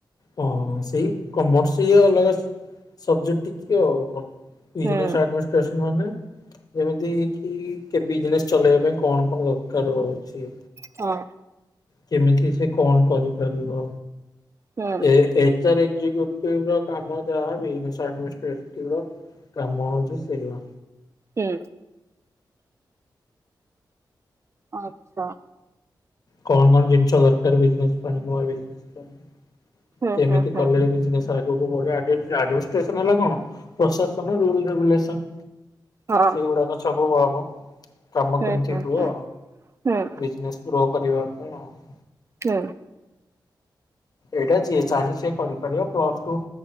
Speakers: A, on the left; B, on the right.
A: ହଁ ସେଇ କମର୍ସ ଇଏ ଅଲଗା ସବଜେକ୍ଟ ଟିକଏ ଆଉ। ବିଜିନେସ୍
B: ହୁଁ
A: ଆଡମିନିଷ୍ଟ୍ରେସନ୍ ମାନେ ଯେମିତି କି କେ ବିଜନେସ ଚଲେଇବା ପାଇଁ କଣ କଣ ଦରକାର ହଉଚି।
B: ହଁ।
A: କେମିତି ସେ କଣ କରିପାରିବ
B: ହୁଁ
A: ଏ ଏ <unintelligible> କାମ ଯାହା <unintelligible> କାମ ହଉଚି ସେଇଆ।
B: ହୁଁ। ଆଚ୍ଛା।
A: କଣ କଣ ଜିନିଷ ଦରକାର ବିଜେନେସ ପାଇଁ ନୂଆ ବିଜେନେସ ପାଇଁ
B: ହୁଁ
A: କେମିତି
B: ହୁଁ ହୁଁ
A: କଲେ ବିଜିନେସ ଆଗକୁ ବଢିବ ଆ ଡ଼ି ଏଫ ଡ଼ି ଆଡମିଷ୍ଟେସନ କଣ ପ୍ରଶାସନ ରୁଲରେଗୁଲେସନ।
B: ହଁ
A: ସେଗୁଡାକ ସବୁ ହବ କାମ
B: ହୁଁ
A: କେମିତି
B: ହୁଁ
A: ହୁଅ।
B: ହୁଁ। ହୁଁ
A: ବିଜନେସ୍ କୁ ଗ୍ରୋ କରିବା ପାଇଁ ଆଉ।
B: ହୁଁ।
A: ଏଇଟା ଯିଏ ଚାହିଁଲେ ସେ କରିପାରିବ ପ୍ଲସଟୁ